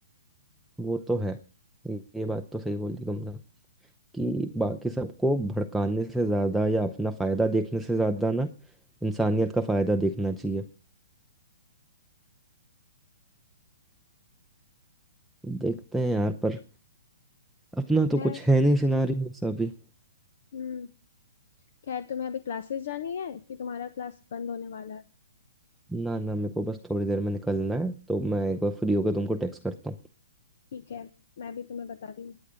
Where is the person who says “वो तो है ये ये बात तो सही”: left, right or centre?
Centre